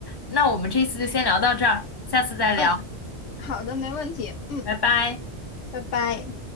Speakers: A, on the left; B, on the left.
A: 那我们这次就先聊到这儿，下次再聊，
B: 嗯，好的，没问题。嗯，
A: 拜拜。
B: 拜拜。